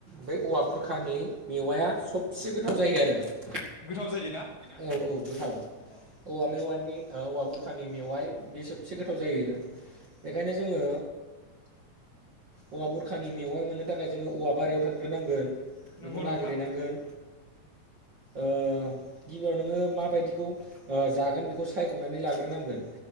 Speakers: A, on the right (about 35°); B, on the left (about 40°).
A: बे औवा बुरखानि मेवाया सबसे गोथाव जायो आरो
B: गोथा जायोना
A: औ औ गोथाव
B: अ
A: औवा मेवाय औवा बुरखानि मेवाइ बे सबसे गोथाव जायो बेखायनो जोङो औवा बुरखानि मेवाइ मोननो थाखाय जोङो औवा बारियाव थांग्रोनांगोन
B: नंगौ
A: बेखौ नागिरहैनांगोन
B: नोंथां
A: ओ गिबियाव नोङो माबायदिखौ जागोन बेखौ सायख'नानै लाग्रोनांगोन